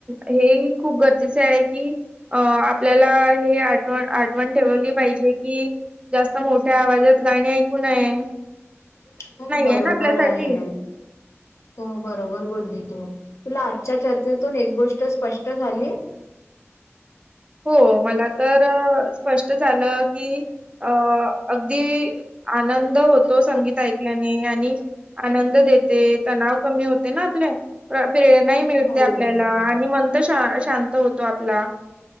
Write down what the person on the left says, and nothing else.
<unintelligible> हो बरोबर
आहे हो बरोबर बोलली तू. तुला आजच्या चर्चेतून एक गोष्ट स्पष्ट झाली.
हो.